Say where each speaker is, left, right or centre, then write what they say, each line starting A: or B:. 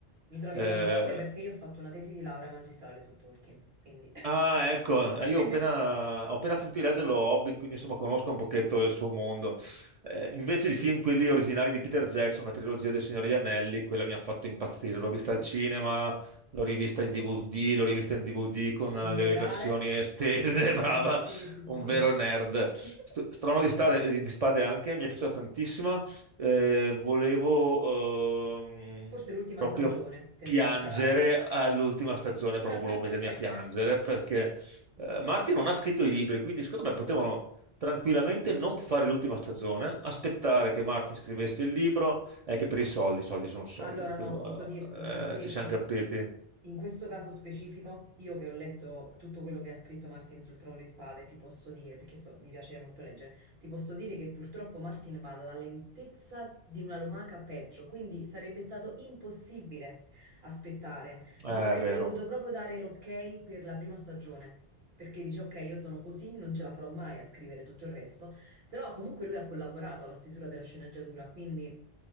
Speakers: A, on the right (about 70°); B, on the right (about 55°).
A: Mi trovi
B: Eh,
A: concorde perché io ho fatto una tesi di laurea magistrale su Tolkien, quindi... <laughs>
B: ah, ecco, eh, io
A: Quindi,
B: ho appena, ho appena finito di leggere lo Hobbit, quindi insomma conosco un pochetto il suo mondo. Eh, invece i film, quelli originali di Peter Jackson, la trilogia del Signore degli Anelli, quella mi ha fatto impazzire. L'ho vista al
A: sì.
B: cinema, l'ho rivista in DVD, l'ho rivista in DVD con
A: Integrale?
B: eh, le versioni estese,
A: Bella,
B: <laughs> brava,
A: sì, sì, sì,
B: un
A: sì.
B: vero nerd. St-
A: <laughs>
B: Strano di, Stade- di Spade anche, mi è piaciuta tantissima. Eh, volevo... ehm,
A: Forse l'ultima
B: proprio
A: stagione tendeva
B: piangere
A: a calare.
B: all'ultima stagione, proprio volevo
A: <laughs>
B: mettermi
A: Ecco.
B: a piangere perché eh, Martin non ha scritto i libri, quindi secondo me potevano tranquillamente non fare l'ultima stagione, aspettare che Martin scrivesse il libro, è che per i soldi, soldi sono soldi,
A: Allora
B: quello,
A: no, posso dirti,
B: eh,
A: posso dirti,
B: ci siamo capiti.
A: In questo caso specifico, io che ho letto tutto quello che ha scritto Martin sul Trono di Spade, ti posso dire, perché so- mi piace molto leggere, ti posso dire che purtroppo Martin va alla lentezza di una lumaca peggio, quindi sarebbe stato impossibile aspettare.
B: Eh,
A: Non avrebbe
B: È vero.
A: dovuto proprio dare l'ok per la prima stagione, perché dice ok, io sono così, non ce la farò mai a scrivere tutto il resto, però comunque lui ha collaborato alla stesura della sceneggiatura, quindi